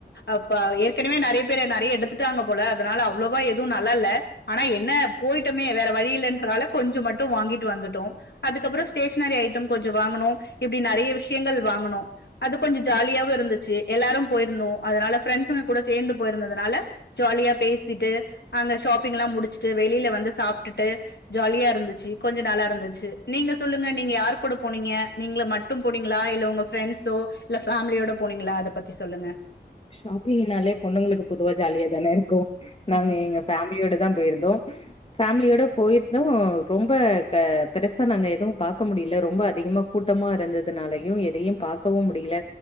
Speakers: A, on the left; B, on the left.
A: அப்ப ஏற்கனவே நெறைய பேர் நெறைய எடுத்துட்டாங்க போல அதனால அவ்ளவா எதுவு நல்லா இல்ல ஆனா என்ன போயிட்டமே வேற வழியிலன்றனால கொஞ்சோ மட்டு வாங்கிட்டு வந்துட்டோ அதுக்கப்றோ ஸ்டேஷனரி ஐட்டோ கொஞ்சோ வாங்கனோ இப்டி நெறைய விஷயங்கள் வாங்கனோ அது கொஞ்சோ ஜாலியாவு இருந்துச்சு எல்லாரு போயிருந்தோ அதனால ஃப்ரெண்ட்ஸுங்க கூட சேர்ந்து போயிருந்தனால ஜாலியா பேசிட்டு அங்க ஷாப்பிங் எல்லா முடிச்சுட்டு வெளியில வந்து சாப்ட்டுட்டு ஜாலியா இருந்துச்சு கொஞ்சோ நல்லா இருந்துச்சு நீங்க சொல்லுங்க நீங்க யார் கூட போனீங்க நீங்ள மட்டு போனீங்களா இல்ல உங்க ஃப்ரெண்ட்ஸோ இல்ல ஃபேமிலியோட போனீங்களா அத பத்தி சொல்லுங்க
B: ஷாப்பிங்னாலே பொண்ணுங்களுக்கு பொதுவா ஜாலியா தான இருக்கு நாங்க
A: ம்
B: எங்க ஃபேமிலியோடு தா போயிருந்தோ ஃபேமிலியோட போயிருந்தோ ரொம்ப க பெருசா நாங்க எதுவு பார்க்க முடியல ரொம்ப அதிகமாக கூட்டமா இருந்ததுனாலையு எதையு பார்க்கவு முடியல